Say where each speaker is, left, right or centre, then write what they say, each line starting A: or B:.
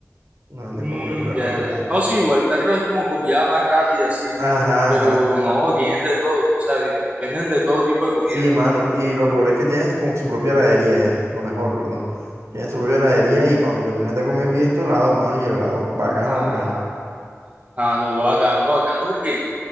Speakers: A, on the right; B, on the right.
A: Nos venden
B: Mm,
A: como que perro
B: ya,
A: caliente.
B: ya. No, sí, igual perro es como comida más rápida, sí,
A: Ajá,
B: pero
A: ajá.
B: no, tienen de todo, o sea, di- venden de todo tipo de comida.
A: Sí, mano. Y lo peor es que tienen su- como su propia heladería ya. Lo mejor, perdón. Tienen su propia heladería y cuando tú terminas de comer pides tu helado, mano. Y el helado, bacano,
B: Ah,
A: bacano.
B: Ah, no, bacano, bacano, porque,